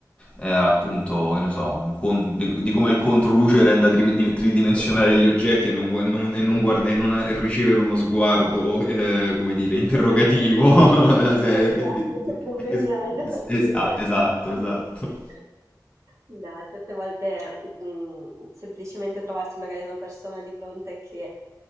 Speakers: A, on the left; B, on the right.
A: eh, appunto, che ne so, un con- di, di come il controluce renda tri- di- tridimensionale gli oggetti e non, gu- non- e non guarda- e non eh, ricevere uno sguardo, eh, come dire,
B: <laughs>
A: interrogativo <laughs>
B: Eh,
A: della serie.
B: Esatto,
A: Che di- di-
B: che problemi
A: di che-
B: hai della
A: es- es-
B: serie,
A: ah, esatto,
B: assolutamente.
A: esatto.
B: No, certe volte, mhmm, semplicemente trovarsi magari una persona di fronte che,